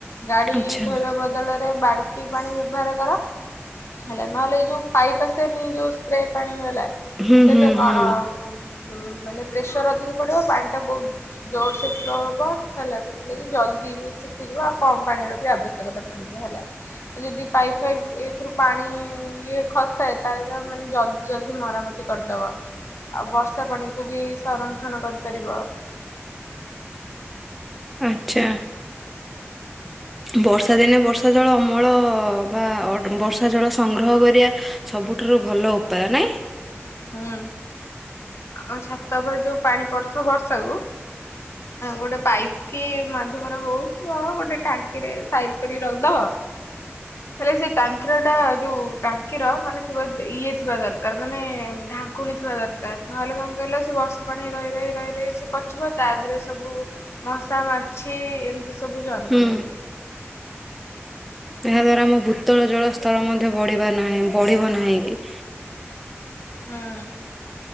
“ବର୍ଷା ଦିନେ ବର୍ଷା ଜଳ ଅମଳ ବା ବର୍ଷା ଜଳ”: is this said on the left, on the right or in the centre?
Centre